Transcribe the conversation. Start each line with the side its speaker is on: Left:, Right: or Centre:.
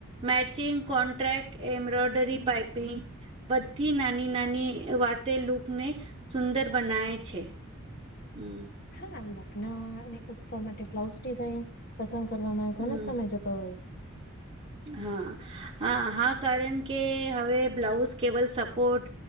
Right: મેચિંગ કોન્ટ્રાક્ટ એમ્બ્રોયડરી પાઇપિંગ બધી નાની નાની વાતે લૂકને સુંદર
Left: હા
Right: બનાવે છે. હમ્મ,
Left: હા લગ્નને ઉત્સવ માટે બ્લાઉઝ ડિઝાઇન પસંદ કરવામાં ઘણો
Right: હમ
Left: સમય જતો. તો
Right: હા હા હા કારણ કે હવે બ્લાઉઝ કેવલ સપોર્ટ